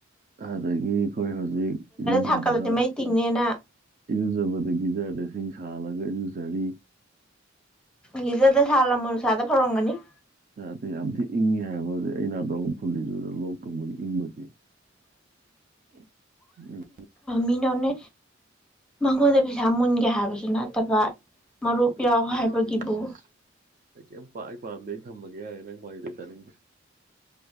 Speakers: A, on the right; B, in the centre.
A: ꯑꯗꯒꯤ ꯑꯩꯈꯣꯏ ꯍꯧꯖꯤꯛ ꯌꯖꯕꯗ
B: ꯊꯥꯡꯀꯠꯂꯗꯤ ꯃꯩ ꯇꯤꯡꯅꯦꯅ
A: ꯏꯔꯨꯖꯕꯗ ꯒꯤꯖꯔꯗ ꯏꯁꯤꯡ ꯁꯥꯜꯂꯒ ꯏꯔꯨꯖꯔꯤ
B: ꯃꯤꯖꯗ ꯁꯥꯜꯂꯝꯃ ꯅꯨꯡꯁꯥꯗ ꯐꯧꯔꯝꯒꯅꯤ
A: ꯑꯗ ꯌꯥꯝ ꯊꯤ ꯏꯪꯉꯦ ꯍꯥꯏꯕꯗꯤ ꯑꯩꯅꯗ ꯐꯨꯜꯂꯤꯁꯨ ꯂꯣꯛ ꯊꯨꯡꯕꯒꯤ ꯏꯪꯕꯒꯤ
B: ꯎ
A: ꯎꯝ
B: ꯃꯤꯅꯅꯦ ꯃꯉꯣꯟꯗ ꯄꯩꯁꯥ ꯃꯨꯟꯒꯦ ꯍꯥꯏꯕꯁꯨ ꯅꯠꯇꯕ ꯃꯔꯨꯞ ꯌꯥꯎ
A: ꯂꯤꯛꯇꯤ
B: ꯍꯥꯏꯕꯒꯤꯕꯨ
A: ꯂꯤꯛꯇꯤ ꯏꯁ ꯏꯁ ꯑꯩ ꯀꯩꯝ ꯄꯥꯛ ꯑꯩ ꯄꯥꯝꯗꯩ ꯊꯝꯃꯒꯦ ꯍꯥꯏꯔꯦ ꯅꯪ ꯀꯃꯥꯏꯅꯗ ꯇꯥꯅꯤꯡꯗꯦ